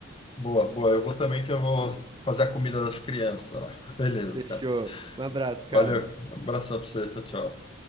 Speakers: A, on the left (about 25°); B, on the right (about 20°).
A: Boa, boa. Eu vou também, que eu vou fazer a comida das crianças lá. <laughs> Beleza,
B: Fechou.
A: cara.
B: Um abraço, cara.
A: Valeu. Abração pra você. Tchau, tchau.